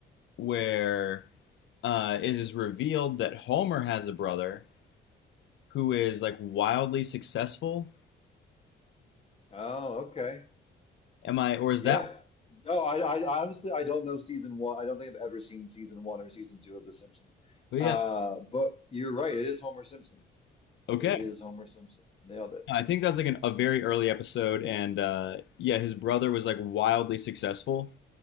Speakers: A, on the left; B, on the left.
A: where uh, it is revealed that Homer has a brother who is like wildly successful?
B: Oh, okay.
A: Am I, or is
B: Yeah.
A: that?
B: No, I, I I honestly I don't know season one. I don't think I've ever seen season one or season two of The Simpsons.
A: But
B: Uh,
A: yeah,
B: but you're right. It is Homer Simpson.
A: okay.
B: It is Homer Simpson. Nailed it.
A: No, I think that's like an, a very early episode, and uh, yeah, his brother was like wildly successful,